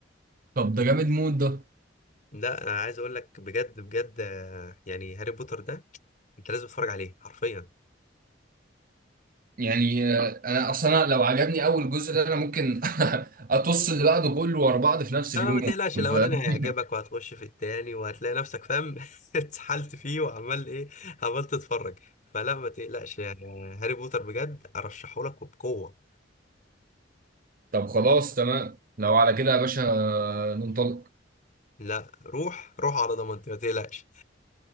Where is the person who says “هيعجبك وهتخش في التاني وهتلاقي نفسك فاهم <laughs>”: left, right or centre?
Left